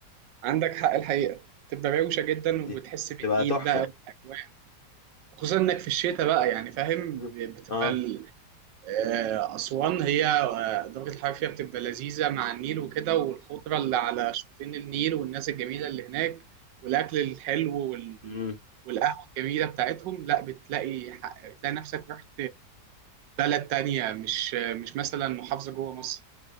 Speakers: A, on the right; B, on the left.
A: عندك حق الحقيقه تبقى روشه جدا
B: دي
A: وبتحس بالنيل
B: تبقى تحفة
A: بقى والاجواء خصوصا انك في الشتاء بقى يعني فاهم
B: <laughs>
A: بتبقى
B: أه
A: آه، أسوان هي آه، درجة الحرارة فيها بتبقى لذيذة مع النيل وكده والخضرة اللي على شطين النيل والناس الجميلة اللي هناك والأكل الحلو وال...
B: مم.
A: والقهوة الجميلة بتاعتهم لا بتلاقي حق... بتلاقي نفسك رحت بلد تانية مش مش مثلا محافظة جوه مصر